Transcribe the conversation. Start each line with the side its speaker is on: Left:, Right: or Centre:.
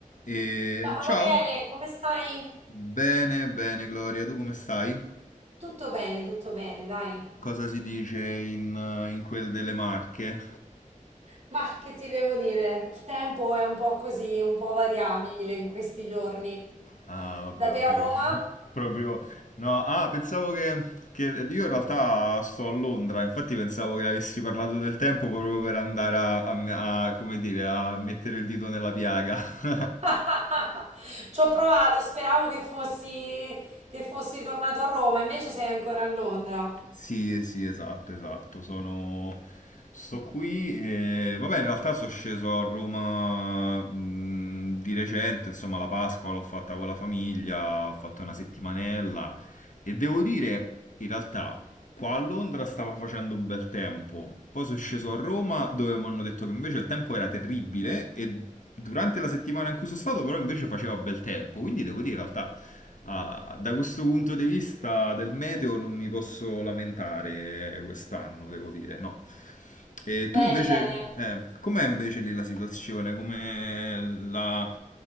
Left: E
Right: Ma
Left: ciao,
Right: Daniele, come stai?
Left: bene, bene Gloria, tu come stai?
Right: Tutto bene, tutto bene, dai.
Left: Cosa si dice in, eh, in quel delle Marche?
Right: Ma che ti devo dire? Il tempo è un po' così, un po' variabile in questi giorni.
Left: Ah, vabbè,
Right: Da te
Left: ho capito.
Right: a Roma?
Left: <laughs> Proprio, no, ah, pensavo che, che io in realtà sto a Londra, infatti pensavo che avessi parlato del tempo proprio per andare a, a- a- come dire, a mettere il dito nella piaga. <laughs>
Right: <laughs> Ci ho provato, speravo che fossi, che fossi tornato a Roma, invece sei ancora a Londra.
Left: Sì, eh, sì, esatto, esatto. Sono... Sto qui e... Vabbè, in realtà sono sceso a Roma mh, di recente, insomma, la Pasqua l'ho fatta con la famiglia, ho fatto una settimanella e devo dire, in realtà, qua a Londra stava facendo un bel tempo. Poi sono sceso a Roma dove mi hanno detto che invece il tempo era terribile e durante la settimana in cui sono stato però invece faceva bel tempo. Quindi devo dire, in realtà, ah, da questo punto di vista del meteo non mi posso lamentare quest'anno, devo dire, no. E
Right: Bene,
Left: tu invece,
Right: bene.
Left: eh, com'è invece lì la situazione? Come la...